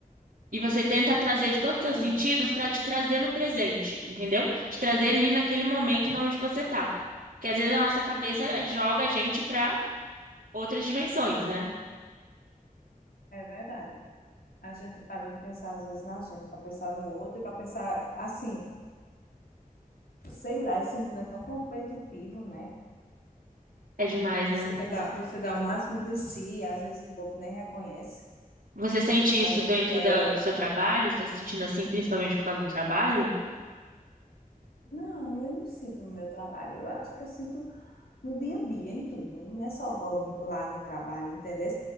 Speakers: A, on the right; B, on the left.
A: E você tenta trazer de todos os
B: sim,
A: seus sentidos para te trazer no presente, entendeu? Te trazer ali naquele momento na onde você tá. Porque às vezes a nossa cabeça joga a gente para outras dimensões, né?
B: é verdade. A gente para de pensar às vezes na gente, para pensar no outro e para pensar assim, sei lá, esse mundo é tão competitivo, né?
A: É demais,
B: Você
A: né?
B: quer dar, você dá o máximo de si, às vezes o povo nem reconhece.
A: Você sente
B: A
A: isso
B: gente
A: dentro
B: quer.
A: da- do seu
B: co-
A: trabalho? Você está se sentindo assim, principalmente por causa do trabalho?
B: Não, eu não sinto no meu trabalho. Eu acho que eu sinto. no dia a dia, em tudo, não é só lá no trabalho, entendeu?